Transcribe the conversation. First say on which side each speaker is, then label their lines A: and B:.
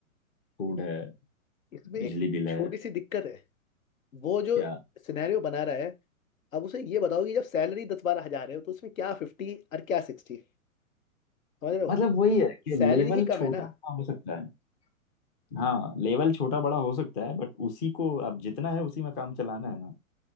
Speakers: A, on the left; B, on the left.
A: फूड है
B: इसमें
A: बिजली
B: एक
A: बिल
B: छोटी
A: है
B: सी दिक्कत है वो जो
A: क्या
B: सिनेरियो बना रहा है अब उसे ये बताओ कि जब सैलरी दस बारह हजार है तो उसमें क्या फिफ्टी और क्या सिक्सटी समझ रहे हो
A: मतलब वही है कि
B: सैलरी
A: लेवल
B: ही कम
A: छोटा
B: है ना
A: बड़ा हो सकता है हाँ लेवल छोटा बड़ा हो सकता है बट उसी को अब जितना है उसी में काम चलाना है ना